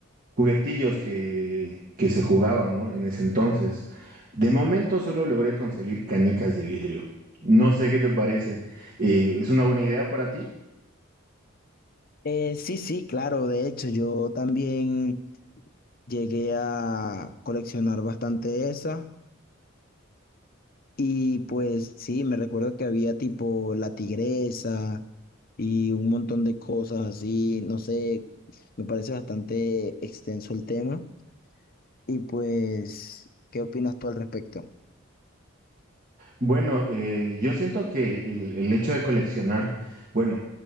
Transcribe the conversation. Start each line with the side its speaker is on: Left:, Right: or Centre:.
Right: juguetillos que, que se jugaban, ¿no? En ese entonces. De momento solo logré conseguir canicas de vidrio. No sé qué te parece. Eh, ¿es una buena idea para ti?
Left: Eh, sí, sí, claro, de hecho yo también llegué a coleccionar bastante esas. Y pues sí, me recuerdo que había tipo la tigresa y un montón de cosas así, no sé, me parece bastante extenso el tema. Y pues, ¿qué opinas tú al respecto?
Right: Bueno, eh, yo siento que el, el hecho de coleccionar, bueno,